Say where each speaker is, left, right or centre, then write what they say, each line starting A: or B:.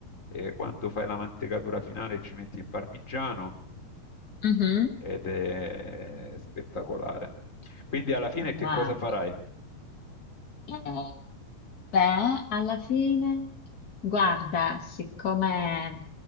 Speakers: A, on the left; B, on the left.
A: eh, quando fai la mantecatura finale ci metti il parmigiano
B: Mhm.
A: ed è spettacolare. Quindi, alla fine,
B: Wow.
A: che cosa farai?
B: Eh, beh, alla fine, guarda, siccome